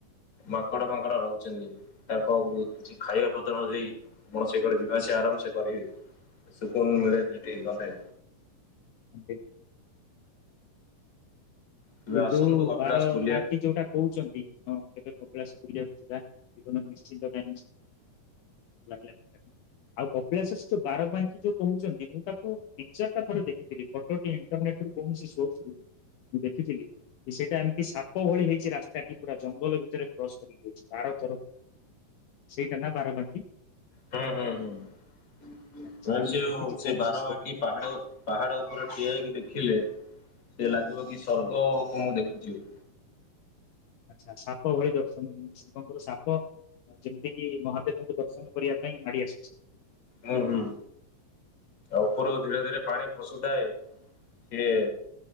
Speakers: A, on the left; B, on the left.
A: ମାଙ୍କଡ଼ ଫାଙ୍କଡ ରହୁଛନ୍ତି ତାଙ୍କ କିଛି ଖାଇବା ପତ୍ର ଦେଇ ଆପଣ ସେଇ କଡେ ଯିବା ଆସ ଆରାମସେ କରିବେ ଶୁକୁନ ମିଳେ ଯେଠିକି ଗଲେ।
B: ଆ
A: କେବେ
B: ସେ
A: ଆସନ୍ତୁ
B: ଯୋଉ
A: କପିଳାସ
B: ବାର
A: ବୁଲିବା
B: ବାଙ୍କ ଯୋଉଟା କହୁଛନ୍ତି ହଁ କେବେ ପକିଳାସ ବୁୁରିବାକୁ ଯିବା ଜୀବନ ନିଶ୍ଚିନ୍ତ କଁ <unintelligible> ଆଉ କପିଳାଶେଷ୍ଠ ବାରବାଙ୍କି ଯୋଉ କହୁଛନ୍ତି ମୁଁ ତାକୁ ପିକଚର ଟା ଥରେ ଦେଖିଥିଲି। ଅଟୋ ଇଣ୍ଟରନେଟ କୌଣସି ସୋର୍ସ ଖଥିଲି ସେଇଟା ଏମିତି ସାପ ଭଳି ହେଇଛି ରାସ୍ତା ପୁରା ଜଙ୍ଗଲ ଭିତରେ କ୍ରସ ବାର ଥର ସେଇଟା ନା ବାର ବାକି
A: ହୁଁ ହୁଁ ହୁଁ
B: ସେଇଟା
A: ସେ
B: ମୁଁ ଦେଖିଛି କୌଣସି
A: ସେ ବାରବାଙ୍କି ପାହାଡ। ପାହାଡ଼ ଉପରେ ଠିଆ ହେଇକି ଦେଖିଲେ ସେ ଲାଗିବ କି ସର୍ଗ କଁ ଦେଖୁଛି ଆଉ
B: ଆଚ୍ଛା ସାପ ଭଳି ଦଛନ୍ତି ଯେମିତି <unintelligible> ସାପ ଯେମିତି କିି ମହାଦେବଙ୍କୁ ଦର୍ଶନ କରିବା ପାଇଁ ଆଡି ଆସିଛି।
A: ହୁଁ ହୁଁ। ଆଉ ଉପରୁ ଧୀରେ ଧୀରେ ପାଣି ଖସୁଥାଏ ସିଏ